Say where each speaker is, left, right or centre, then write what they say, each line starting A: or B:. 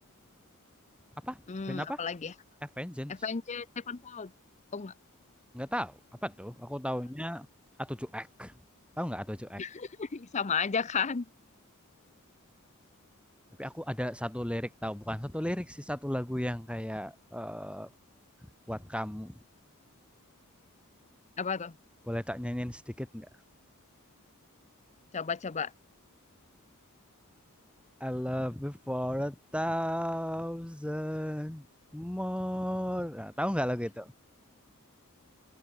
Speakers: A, in the centre; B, on the left (about 30°).
A: Apa
B: hmm
A: band apa?
B: apalagi ya
A: Avengers.
B: Avenged Sevenfold oh enggak
A: Nggak tahu. Apa tuh? Aku taunya A7X. Tahu nggak A7X?
B: <laughs> sama aja kan
A: Tapi aku ada satu lirik tahu, bukan satu lirik sih, satu lagu yang kayak eh, buat kamu.
B: apa tuh
A: Boleh tak nyanyiin sedikit nggak?
B: coba-coba
A: I love you for a thousand more. Nah, tahu nggak lagu itu?